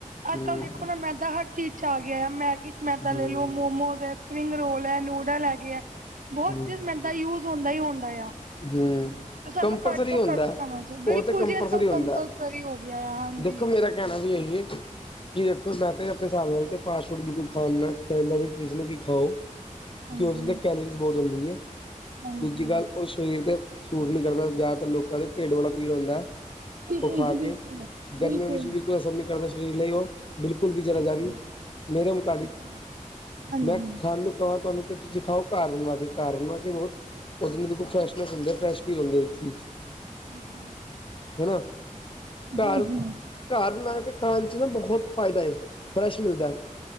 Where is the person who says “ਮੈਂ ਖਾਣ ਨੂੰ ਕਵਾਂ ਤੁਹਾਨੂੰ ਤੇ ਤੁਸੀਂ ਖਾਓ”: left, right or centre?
Left